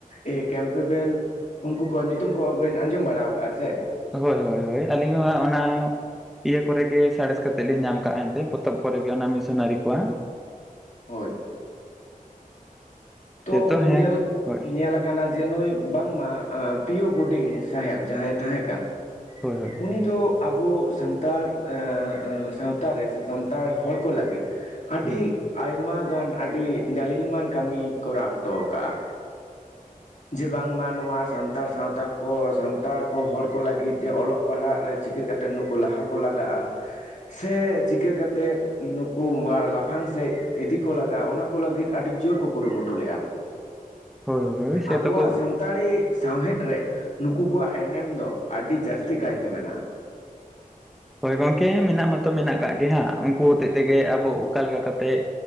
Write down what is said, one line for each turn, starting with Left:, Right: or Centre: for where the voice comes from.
Left: ᱮ ᱠᱮᱢᱯᱮᱵᱮᱞ ᱩᱱᱠᱩ ᱠᱚᱣᱟᱜ ᱧᱩᱛᱩᱢ ᱠᱚ ᱦᱚᱸ ᱵᱮᱱ ᱟᱸᱡᱚᱢ ᱵᱟᱲᱟ ᱟᱠᱟᱜᱼᱟ ᱥᱮ?
Centre: ᱦᱳᱭ ᱦᱳᱭ ᱦᱳᱭ ᱟᱹᱞᱤᱧ ᱦᱚᱸ ᱦᱟᱸᱜ ᱚᱱᱟ᱾ ᱤᱭᱟᱹ ᱠᱚᱨᱮ ᱜᱮ ᱥᱟᱬᱮᱥ ᱠᱟᱛᱮᱫ ᱞᱤᱧ ᱧᱟᱢ ᱠᱟᱜᱼᱟ ᱮᱱᱛᱮᱜ ᱯᱚᱛᱚᱵ ᱠᱚᱨᱮ ᱜᱮ ᱚᱱᱟ ᱢᱤᱥᱚᱱᱟᱨᱤ ᱠᱚᱣᱟᱜ᱾
Left: ᱦᱳᱭ ᱛᱚ
Centre: ᱥᱮᱛᱚ ᱦᱮᱸ
Left: ᱧᱮᱞᱠ
Centre: ᱦᱳᱭ
Left: ᱧᱮᱞᱠᱼᱼ ᱠᱟᱱᱟ ᱡᱮ ᱱᱩᱭ ᱵᱟᱝ ᱢᱟ ᱯᱤᱭᱳ ᱵᱩᱰᱤᱝ ᱥᱟᱦᱮᱵᱽ ᱡᱟᱦᱟᱸᱭ ᱛᱟᱦᱮᱸ ᱠᱟᱱ
Centre: ᱦᱳᱭ, ᱦᱳᱭ
Left: ᱩᱱᱤ ᱫᱚ ᱟᱵᱚ ᱥᱟᱱᱛᱟᱲ ᱮᱻ ᱥᱟᱶᱛᱟ ᱨᱮ ᱥᱮ ᱥᱟᱱᱛᱟᱲ ᱦᱚᱲ ᱠᱚ ᱞᱟᱹᱜᱤᱫᱼᱼ ᱟᱹᱰᱤ
Centre: ᱦᱳᱭ
Left: ᱟᱭᱢᱟ ᱜᱟᱱ ᱟᱹᱰᱤ ᱜᱟᱞᱤᱞᱢᱟᱱ ᱠᱟᱹᱢᱤᱭ ᱠᱚᱨᱟᱣ ᱦᱚᱴᱚᱣ ᱠᱟᱜᱼᱟ᱾ ᱡᱮ ᱵᱟᱝ ᱢᱟ ᱱᱚᱣᱟ ᱥᱟᱱᱛᱟᱲ ᱥᱟᱶᱛᱟ ᱠᱚ ᱥᱟᱱᱛᱟᱲ ᱠᱚ ᱦᱚᱲ ᱠᱚ ᱞᱟᱹᱜᱤᱫ ᱡᱮ ᱚᱞᱚᱜ ᱯᱟᱲᱦᱟᱜ ᱨᱮ ᱪᱤᱠᱟᱹ ᱠᱟᱛᱮᱜ ᱱᱩᱠᱩ ᱞᱟᱦᱟ ᱠᱚ ᱞᱟᱜᱟᱜ-ᱟ᱾ ᱥᱮ ᱪᱤᱠᱟᱹ ᱠᱟᱛᱮᱫ ᱱᱩᱠᱩ ᱢᱟ ᱞᱟᱯᱷᱟᱝ ᱥᱮᱡᱼᱼ ᱤᱫᱤ ᱠᱚ ᱞᱟᱜᱟᱜ ᱚᱱᱟ ᱠᱚ ᱞᱟᱜᱤᱫ ᱟᱹᱰᱤ ᱡᱳᱨ ᱠᱚ ᱠᱩᱨᱩᱢᱩᱴᱩ ᱞᱮᱜ-ᱟ᱾
Centre: ᱦᱳᱭ ᱦᱳᱭ ᱥᱮ
Left: ᱟᱵᱚᱣᱟᱜ
Centre: ᱛᱚᱠᱚ
Left: ᱥᱟᱱᱛᱟᱲᱤ ᱥᱟᱶᱦᱮᱫ ᱨᱮ ᱱᱩᱠᱩ ᱠᱚᱣᱟᱜ ᱮᱱᱮᱢ ᱫᱚ ᱟᱰᱤ ᱡᱟᱥᱼᱼ ᱛᱤ ᱠᱟᱭᱛᱮ ᱢᱮᱱᱟᱜ-ᱟ᱾
Centre: ᱦᱳᱭ ᱜᱚᱝᱠᱮ ᱢᱮᱱᱟᱜ ᱢᱟᱛᱚ ᱢᱮᱱᱟᱜ ᱠᱟᱜ ᱜᱮ ᱦᱟᱸᱜ ᱩᱱᱠᱩ ᱦᱚᱛᱮᱡ ᱛᱮᱜᱮ ᱟᱵᱚ ᱚᱠᱟ ᱞᱮᱠᱟ ᱠᱟᱛᱮᱜᱼᱼ